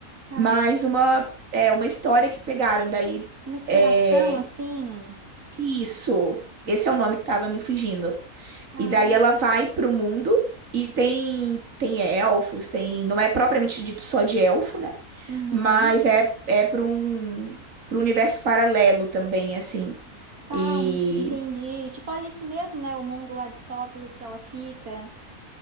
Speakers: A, on the right; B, on the right.
A: tá.
B: Mas uma, é uma história que pegaram, daí.
A: Uma inspiração
B: é,
A: assim,
B: Isso. Esse é o nome que tava me fugindo.
A: tá.
B: E daí ela vai pro mundo e tem tem elfos, tem, não é propriamente dito só de elfo, né?
A: Uhum.
B: Mas é é para um para um universo paralelo também assim.
A: Tá,
B: E
A: um- entendi. Tipo Alice mesmo, né? O mundo lá distópico que ela fica.